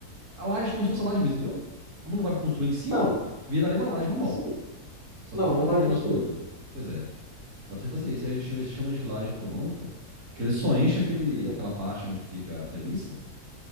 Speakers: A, on the right; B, on the left.
A: A laje, como se fosse a laje mesmo, entendeu? Como não vai construir em cima,
B: Não,
A: viraria uma laje normal.
B: assim,
A: Só
B: não,
A: que você não
B: não
A: bateria
B: vai construir.
A: ela toda. Pois é, dá pra você fazer isso. Aí a gente chama, isso chama de laje econômica, que ele só enche aquele,
B: Uhum.
A: aquela parte onde é que fica a treliça